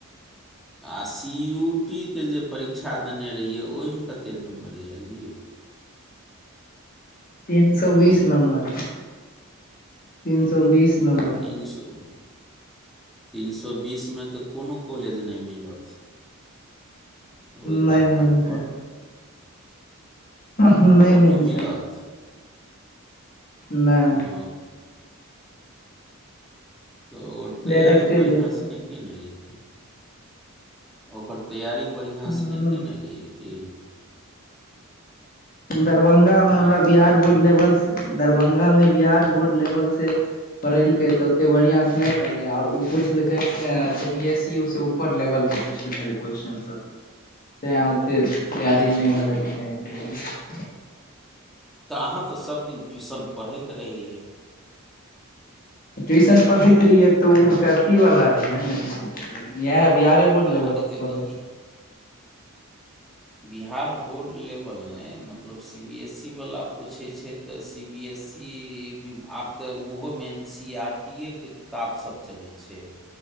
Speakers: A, in the centre; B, on the left.
A: आ सी यू टी के जे परीक्षा देने रहियै ओहिमे कतेक नम्बर आयल यौ
B: तीन सौ
A: हँ
B: बीस नंबर तीन सौ बीस नमबर
A: तऽ तीन सए तीन सौ बीसमे तऽ कोनो कॉलेज नहि मिलत ओहिके
B: नहि
A: आधारपर
B: मिलतै नहि
A: कोनो
B: मिलतै
A: मिलत
B: नहि
A: ओ तऽ ओकर तैयारी
B: डायरेक्टे
A: बढ़िआँसे
B: लेल पर
A: नहि कयने रहि ओकर तैयरी बढ़िआँसे
B: हूं
A: नहि कयने रहियै कि
B: दरभंगा मे
A: आँय
B: हमरा बिहार बोर्ड लेवल दरभंगामे बिहार बोर्ड लेवल से पढ़ेलकै तऽ ओते बढ़ियाॅं से नहि भेललै आर ओ पुछलकै बी एस यू से ऊपर लेवल पुछलकै रहए क्योस्चन सब तेँ ओतेक
A: हम्म,
B: तैयारी नै भेलैय, तेँ नै भेलैय ऐ बाजि।
A: त अहाँ त सबदिन ट्यूशन पढ़ैत रहियै
B: ट्यूशन
A: हूँ
B: पढ़ैत रहियै त ओ त अथीवला रहियै न इएह बिहारे बोर्ड
A: तऽ
B: लेबल
A: अरे
B: से
A: तऽ
B: पढ़बैत
A: ई
B: रहए।
A: बिहार बोर्ड लेबल नै मतलब सी बी एस ई बाला पूछैत छैय त सी बी एस- सी आब त ओहोमे N C E R- T ए के किताब सब चलैय छैय